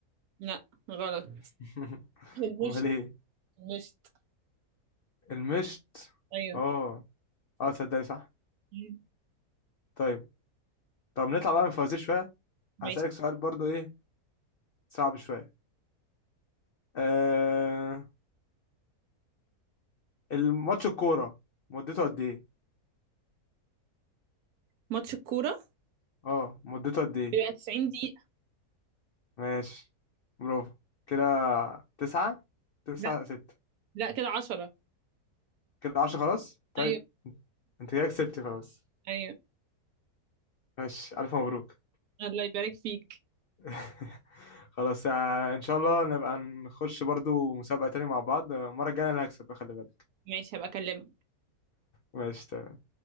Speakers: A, on the right; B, on the left.
A: لا غلط
B: <laughs>
A: المشط
B: امال ايه
A: المشط
B: المشط
A: أيوه
B: اه اه تصدقي صح
A: مم.
B: طيب طب نطلع بقى من الفوازير شويه
A: ماشي
B: هسألك سؤال برضو ايه صعب شويه آه الماتش الكوره مدته قد ايه
A: ماتش الكورة
B: اه مدته قد ايه
A: بيبقى 90 دقيقة
B: ماشي برافو كده تسعة تسعة
A: لا
B: ستة
A: لا كده 10
B: كده عشرة خلاص طيب
A: أيوه
B: انت كده كسبت خلاص
A: أيوه
B: ماشي ألف مبروك
A: الله يبارك فيك
B: <laughs> خلاص آه، ان شاء الله نبقى نخش برضو مسابقة تاني مع بعض آه، المرة الجاية انا اللي هكسب خلي بالك
A: ماشي هبقى أكلمك
B: ماشي تمام